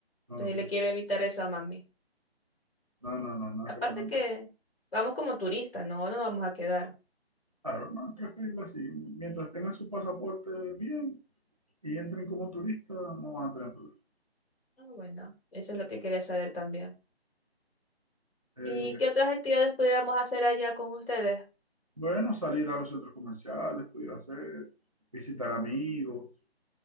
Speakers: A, on the right; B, on the left.
A: No,
B: Entonces
A: sí,
B: le
A: sí.
B: quiero
A: sí.
B: evitar eso a mami.
A: No, no, no, no
B: Aparte
A: es recomendable.
B: que vamos como turistas, no, no nos vamos a quedar.
A: Claro, no, es preferible así. Mientras tengan su pasaporte bien y entren como turistas, no van a tener problemas.
B: Ah, bueno, eso es lo que quería saber también.
A: Eh,
B: ¿Y qué otras actividades pudiéramos hacer allá con ustedes?
A: bueno, salir a los centros comerciales, pudiera ser, visitar amigos.